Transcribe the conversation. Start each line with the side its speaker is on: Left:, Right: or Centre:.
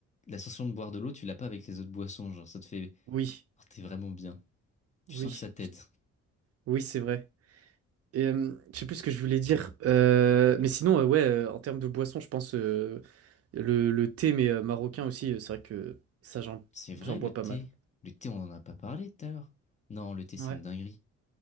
Left: la sensation de boire de l'eau, tu l'as pas avec les autres boissons, genre, ça te fait,
Right: Oui,
Left: oh, t'es vraiment bien. Tu
Right: oui,
Left: sens que ça t'aide.
Right: oui, c'est vrai. Et, euh, je sais plus ce que je voulais dire. Euh, mais sinon, euh, ouais, euh, en termes de boisson, je pense euh, le, le thé, mais euh, marocain aussi, euh, c'est vrai que ça, j'en,
Left: C'est vrai,
Right: j'en bois
Left: le thé.
Right: pas mal.
Left: Le thé, on en a pas parlé tout à l'heure. Non, le thé, c'est
Right: Ouais,
Left: une dinguerie.